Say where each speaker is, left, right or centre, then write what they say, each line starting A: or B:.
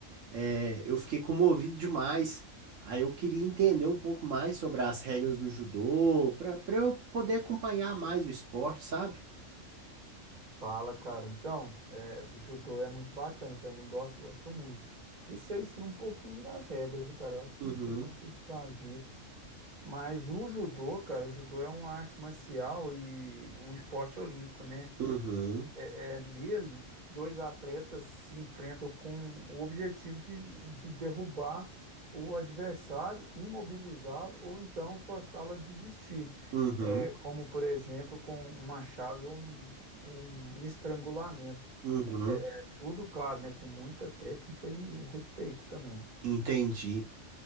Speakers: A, on the right (about 75°); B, on the right (about 35°).
A: É, eu fiquei comovido demais. Aí eu queria entender um pouco mais sobre as regras do judô, pra, pra eu poder acompanhar mais o esporte, sabe?
B: Fala, cara. Então, é, o judô é muito bacana, eu também gosto, gosto muito. E sei sim um pouquinho das regras, viu, cara? Eu acho que
A: Uhum,
B: eu consigo dar umas dicas. Mas o judô, cara, o judô é uma arte marcial e um esporte olímpico, né?
A: uhum,
B: É, é nele, dois atletas se enfrentam com o objetivo de, de derrubar o adversário, imobilizá-lo ou então forçá-lo a desistir.
A: uhum.
B: É, como, por exemplo, com uma chave ou um, um estrangulamento.
A: Uhum,
B: É é tudo, claro, né? Com muita técnica e respeito também.
A: entendi.